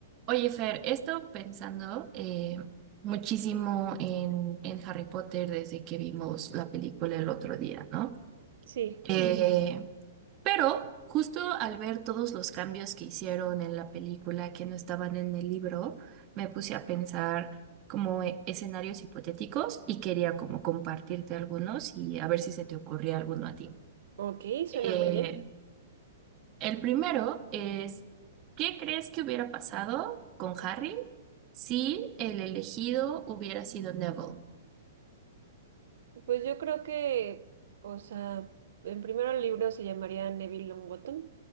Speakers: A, on the right (about 35°); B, on the right (about 65°).
A: Oye, Fer, he estado pensando eh, muchísimo en, en Harry Potter desde que vimos la película el otro día, ¿no?
B: Sí,
A: Eh, pero justo al ver todos los cambios que hicieron en la película que no estaban en el libro, me puse a pensar como e- escenarios hipotéticos y quería como compartirte algunos y a ver si se te ocurría alguno a ti.
B: ok, suena
A: Eh,
B: muy bien.
A: el primero es, ¿qué crees que hubiera pasado con Harry si el elegido hubiera sido Neville?
B: Pues yo creo que, o sea, en primero el libro se llamaría Neville Longbottom